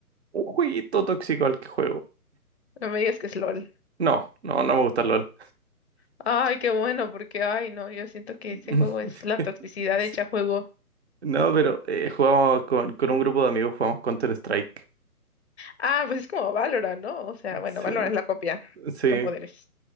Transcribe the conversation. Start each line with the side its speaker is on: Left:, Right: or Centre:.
Right: un jueguito tóxico al que juego.
Left: No me digas que es LOL.
Right: No, no, no me gusta el LOL.
Left: Ay, qué bueno, porque, ay, no, yo siento
Right: <laughs>
Left: que ese juego es la toxicidad
Right: Sí.
Left: hecha juego.
Right: No, pero eh, jugamos con, con un grupo de amigos, jugamos Counter-Strike.
Left: Ah, pues es como Valorant, ¿no? O sea, bueno,
Right: Sí,
Left: Valorant es la copia
Right: sí,
Left: con poderes.